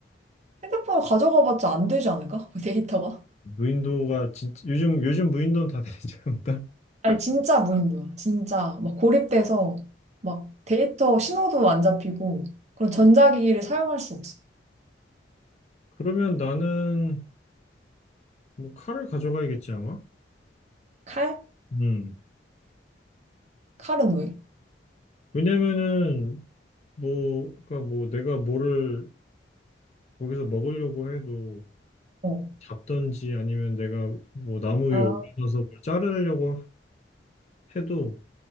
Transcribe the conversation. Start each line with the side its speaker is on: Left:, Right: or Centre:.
Right: 핸드폰을 가져가봤자 안 되지 않을까? <laughs> 데이터가?
Left: 무인도가 진짜 요즘 요즘 무인도는 다 <laughs> 되지 않나?
Right: 아니 진짜 무인도야. 진짜 막 고립돼서 막 데이터 신호도 안 잡히고 그런 전자기기를 사용할 수 없어.
Left: 그러면 나는 뭐 칼을 가져가야겠지 아마.
Right: 칼?
Left: 음.
Right: 칼은 왜?
Left: 왜냐면은 뭐 그러니까 뭐 내가 뭐를 거기서 먹으려고 해도
Right: 어.
Left: 잡든지 아니면 내가 뭐 나무
Right: 아,
Left: 위에 올라서 뭘 자르려고 해도